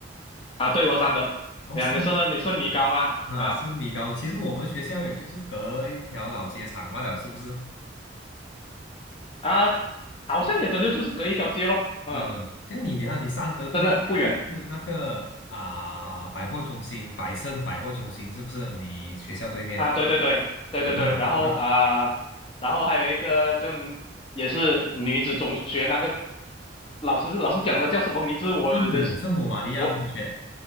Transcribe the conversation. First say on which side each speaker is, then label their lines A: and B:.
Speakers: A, on the left; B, on the left.
A: 啊？对，我三德。
B: 哦，
A: 哎呀，
B: 三
A: 你是你是米高吗？
B: 啊是米高，
A: 啊
B: 其实我们学校也就是隔一条老街长罢了，是不是？
A: 啊，好像也真的就是隔一条街咯。嗯，
B: 嗯，像你，你看你三德对面就是那个啊、
A: 真的不远
B: 百货中心，百盛百货中心是不是？你学校对面，
A: 啊。对对对对对对，
B: <laughs>
A: 然后啊，然后还有一个就也是女子中学那个老师老师讲的叫什么名字？我的
B: 圣母圣母玛利亚中学
A: 我